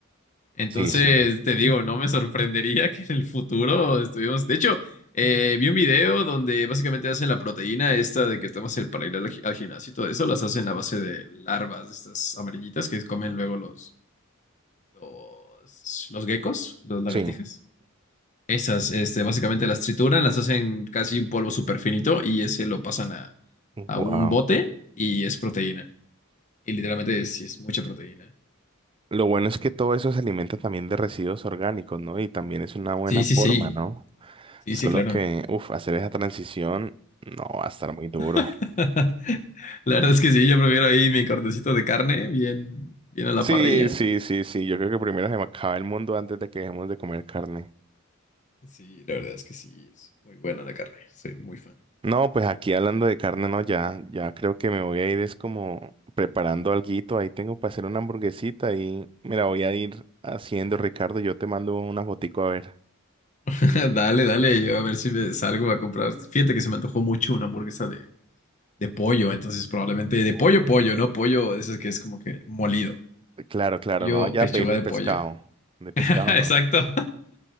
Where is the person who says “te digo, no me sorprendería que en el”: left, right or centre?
Left